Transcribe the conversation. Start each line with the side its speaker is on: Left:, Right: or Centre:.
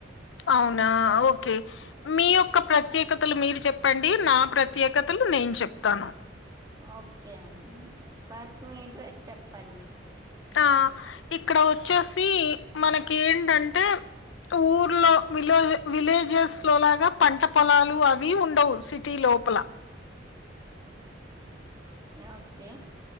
Left: అవునా ఓకే మీ యొక్క ప్రత్యేకతలు మీరు చెప్పండి. నా ప్రత్యేకతలు న్ నేను చెప్తాను.
Right: ఓకే అన్ బట్ మీదే తెప్పన్నీ
Left: ఆ ఇక్కడ వచ్చేసి మనకి ఏంటంటే ఊర్లో విలో విలేజెస్ లో లాగా పంట పొలాలు అవి ఉండవు. సిటీలో పలా
Right: ఆ ఓకే